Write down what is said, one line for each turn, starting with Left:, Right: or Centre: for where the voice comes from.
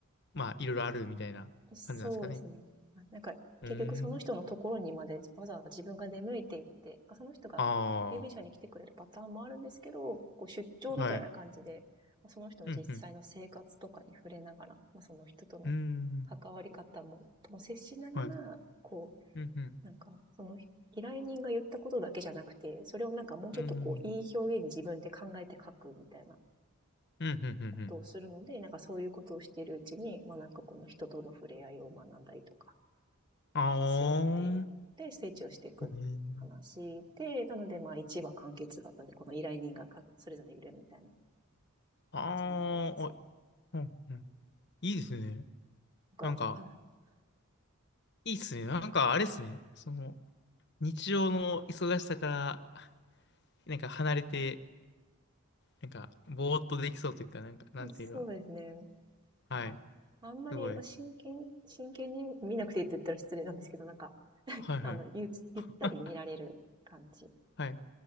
Left: まあ、いろいろあるみたいな感じなんですかね。
Right: そうですね。なんか結局その人のところにまでわざわざ自分が出向いていって、
Left: うーん。
Right: その人が郵便車に来てくれるパターンもあるんですけど、
Left: あ
Right: こう出張みたいな感じで、
Left: あ。はい。
Right: その人の実際の生活とかに触れながら、
Left: うんうん。
Right: まあ、その人との関わり方も、
Left: うーん。
Right: とも接しながら、
Left: はい。
Right: こ
Left: うんうん。
Right: なんか、その依頼人が言ったことだけじゃなくて、それをなんかもうちょっとこう、
Left: うーん。
Right: いい表現に自分で考えて書くみたいな
Left: うんうんうんうん。
Right: ことをするので、なんかそういうことをしているうちに、まあなんかこの人との触れ合いを学んだりとか
Left: あー。
Right: するっていう。で、成長していくっていう話で、
Left: うん。
Right: なのでまあ1話完結型で、この依頼人がそれぞれいるみたいな
Left: あー。
Right: 感じになってるんですよ。
Left: あ、うんうん。いいですね。
Right: が、
Left: なんか、
Right: はい
Left: いいっすね。なんか、あれっすね。その、日常の忙しさから、なんか離れて、なんか、ぼーっとできそうというか、なんか、なんていうか。
Right: そうですね。
Left: はい。
Right: が、あんまり、
Left: すごい。
Right: まあ、真剣、真剣に見なくていいって言ったら失礼なんですけど、なんか、
Left: はいはい。
Right: あの、ゆゆったり見られる感じ
Left: あ、はい。